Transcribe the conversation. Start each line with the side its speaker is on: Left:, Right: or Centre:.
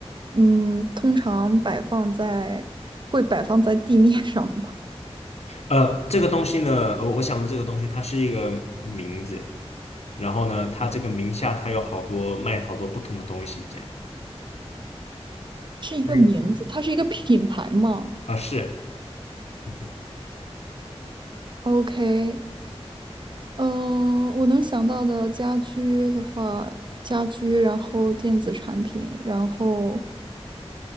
Right: 嗯，通常摆放在会摆放在地面上吗？
Left: 呃，这个东西呢，我我想的这个东西，它是一个名字，然后呢，它这个名下它有好多卖好多不同的东西，这样。
Right: <laughs> 是一个名字，
Left: 嗯
Right: 它是一个品牌吗
Left: 啊，是，嗯哼
Right: ？OK，嗯，我能想到的家居的话，家居，然后电子产品，然后